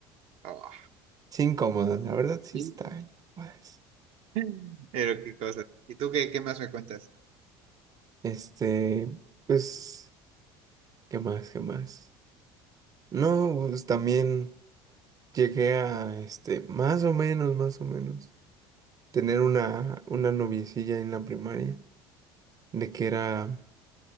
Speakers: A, on the right; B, on the right.
A: oh.
B: Sí, incómoda, la verdad sí
A: Bien.
B: está incómoda.
A: <laughs> Pero qué cosa. ¿Y tú qué, qué más me cuentas?
B: Este, pues, ¿qué más? ¿Qué más? No, pues también llegué a, este, más o menos, más o menos, tener una, una noviecilla en la primaria, de que era,